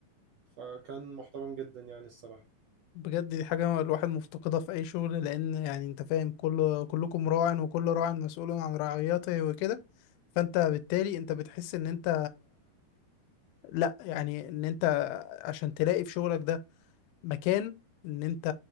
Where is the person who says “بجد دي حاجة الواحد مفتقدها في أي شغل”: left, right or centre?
Left